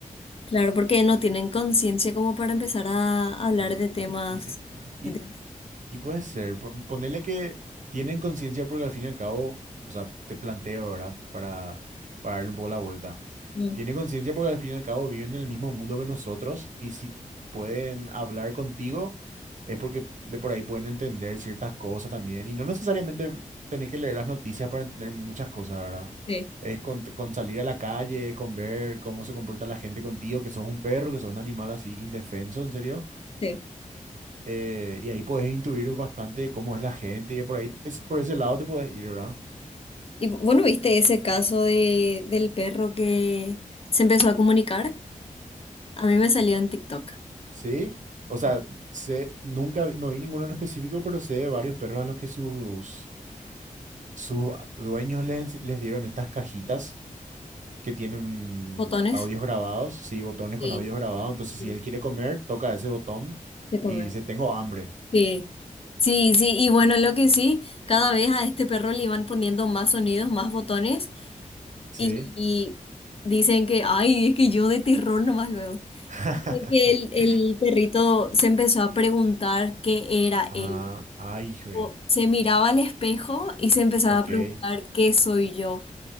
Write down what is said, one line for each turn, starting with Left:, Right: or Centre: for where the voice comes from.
Left: Claro, porque no tienen conciencia como para empezar a hablar
Right: Y,
Left: de temas,
Right: y, se- y
Left: ¿entiendes?
Right: Y puede ser, pon- ponele que tienen conciencia porque al fin y al cabo, o sea, te planteo, ¿verdad? Para, para darle un poco la vuelta.
Left: Mm,
Right: Tiene conciencia porque al fin y al cabo viven en el mismo mundo que nosotros y si pueden hablar contigo es porque de por ahí pueden entender ciertas cosas también y no necesariamente tenés que leer las noticias para entender muchas cosas, ¿verdad?
Left: Sí,
Right: Es con, con salir a la calle, con ver cómo se comporta la gente contigo, que sos un perro, que sos un animal así indefenso, en serio
Left: sí.
Right: eh, y ahí podés intuir bastante cómo es la gente y por ahí, es, por ese lado te podés ir, ¿verdad?
Left: Y bueno, ¿viste ese caso de, del perro que se empezó a comunicar? A mí me salió en TikTok.
Right: Sí. O sea,
Left: Sí,
Right: sé, nunca, vi- no vi ninguno en específico, pero sé de varios perros a los que sus, sus dueños les, les dieron estas cajitas que tienen
Left: Botones.
Right: audios grabados, sí, botones
Left: sí,
Right: con audios grabados. Entonces,
Left: sí,
Right: si él quiere comer, toca ese botón
Left: de comer.
Right: y dice, tengo hambre,
Left: Sí, Sí, sí, y bueno, lo que sí, cada vez a este perro le iban poniendo más sonidos, más botones,
Right: ¿sí?
Left: y, y dicen que, ay, es que yo de terror nomás luego.
Right: <laughs>
Left: Fue que el, el perrito se empezó a preguntar qué era
Right: Ah,
Left: él.
Right: ay, jue,
Left: O se miraba al espejo y se empezaba
Right: ok.
Left: a preguntar
Right: Es
Left: qué soy yo.